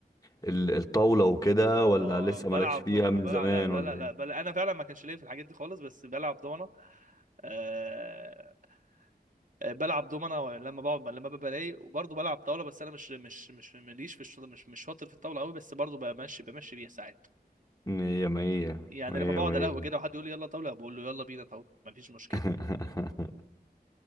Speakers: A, on the left (about 20°); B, on the right (about 50°).
A: ال- الطاولة وكده ولا
B: اه
A: لسه
B: بلعب
A: مالكش فيها
B: دومنة
A: من
B: بلعب
A: زمان
B: لا لا
A: ولا
B: لا لا
A: ايه؟
B: بل... انا فعلا ما كانش ليا في الحاجات دي خالص بس بلعب دومنة آه... آه، بلعب دومنة لما بقعد لما ببقى رايق وبرضه بلعب طاولة بس انا مش مش مش ماليش في الشطر مش مش شاطر في الطاولة قوي بس برضه بمشي بمشي بيها ساعات
A: مية مية
B: يعني
A: مية
B: لما بقعد
A: مية
B: على قهوة كده وحد يقول لي يلا طاولة بقول له يلا بينا طاولة مفيش مشكلة
A: <laughs>